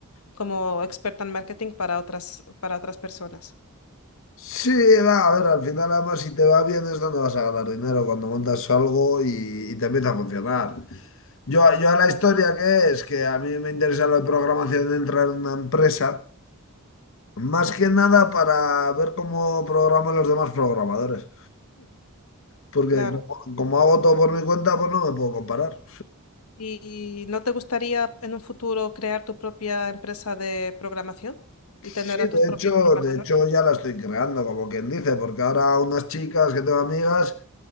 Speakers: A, on the left; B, on the left.
A: como experta en marketing para otras, para otras personas.
B: Sí, va, a ver, al final además si te va bien es donde vas a ganar dinero cuando montas algo y, y te empieza a funcionar. Yo, yo a la historia que es, que a mí me interesa lo de programación de entrar en una empresa. Más
A: Mm,
B: que nada para ver cómo programan los demás programadores. Porque
A: Claro.
B: como, como hago todo por mi cuenta, pues no me puedo comparar.
A: ¿Y no te gustaría en un futuro crear tu propia empresa de programación
B: Sí,
A: y tener a tus
B: de
A: propios
B: hecho,
A: programadores?
B: de hecho ya la estoy creando, como quien dice, porque ahora unas chicas que tengo amigas